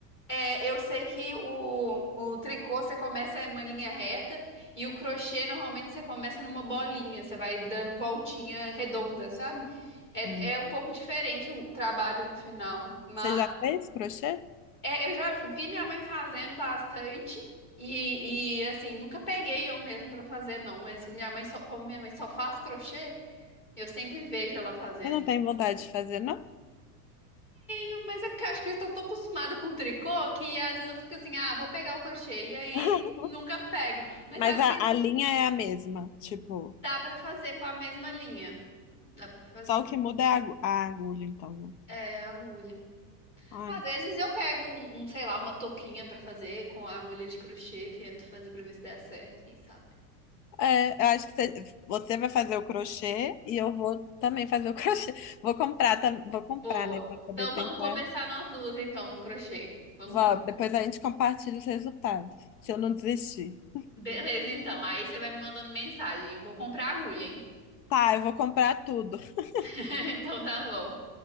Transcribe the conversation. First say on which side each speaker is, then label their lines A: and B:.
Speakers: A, on the left (about 20°); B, on the left (about 85°).
A: É, eu sei que o, o tricô você começa em uma linha reta e o crochê normalmente você começa numa bolinha, você vai dando voltinha redonda, sabe? É,
B: hum.
A: é um pouco diferente o trabalho no final, mas
B: você já fez crochê?
A: é, eu já vi minha mãe fazendo bastante e, e, assim, nunca peguei eu mesmo pra fazer não, mas minha mãe só, como minha mãe só faz crochê, eu sempre vejo ela fazendo.
B: Eu não tenho vontade de fazer, não?
A: Eu- Mas é porque eu acho que eu tô tão acostumada com tricô que às vezes eu fico assim, ah, vou pegar o crochê e aí
B: <laughs>
A: nunca pego. Mas
B: Mas
A: eu acho
B: a,
A: que
B: a linha é a mesma, tipo,
A: dá pra fazer com a mesma linha. Dá pra fazer.
B: só o que muda é a, agu- a agulha, então, né?
A: É, agulha.
B: Ai,
A: Às vezes eu pego um, um, sei lá, uma touquinha pra fazer com a agulha de crochê e tento fazer pra ver se dá certo, quem sabe.
B: é, eu acho que você, você vai fazer o crochê e eu vou também fazer o <laughs> crochê. Vou comprar, tam- vou comprar,
A: Boa.
B: né, pra poder
A: Então vamos
B: tentar.
A: começar nós duas então no crochê. Vamos
B: Vamos,
A: com...
B: depois a gente compartilha os resultados, se eu não desistir.
A: Beleza, então. Aí você vai me mandando mensagem. Eu vou comprar agulha, hein?
B: Tá, eu vou comprar tudo. <laughs>
A: <laughs> Então tá bom.